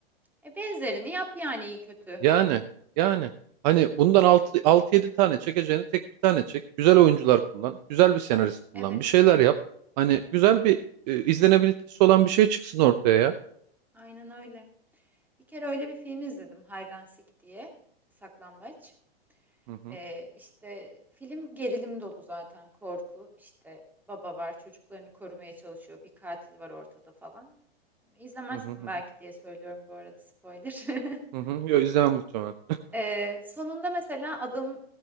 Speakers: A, in the centre; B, on the right.
A: E benzerini yap yani iyi kötü.
B: Yani yani hani bundan altı altı yedi tane çekeceğini tek bir tane çek. Güzel oyuncular kullan. Güzel bir senarist
A: Evet.
B: kullan. Bir şeyler yap. Hani güzel bir e, izlenebilitesi olan bir şey çıksın ortaya ya.
A: Aynen öyle. Bir kere öyle bir film izledim. Hide and Seek diye. Saklambaç.
B: Hı hı.
A: Eee, işte, film gerilim dolu zaten, korku. işte baba var, çocuklarını korumaya çalışıyor, bir katil var ortada falan. İzlemezsin
B: Hı hı hı
A: belki
B: hı.
A: diye söylüyorum bu arada spoiler. <laughs>
B: Hı hı. Yo, izlemem muhtemelen.
A: Eee, sonunda mesela adam